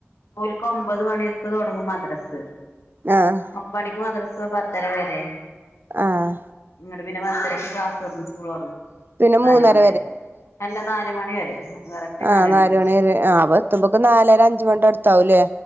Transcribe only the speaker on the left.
ഓല്ക്ക് ഒമ്പത് മണിക്ക് തുടങ്ങും മദ്രസ്
ഒമ്പ മണിക്ക് മദ്രസ് ക്ക് പത്തര വേറെ
ഇങ്ങണ്ട് പിന്നെ പത്തരക്ക് ക്ലാസ്സ്വർങ്ങും സ്കൂളോടങ്ങും
നാല്
മണിവരെ അല്ല നാല മണി വരെ കറക്റ്റ്
മണിക്ക് വിടും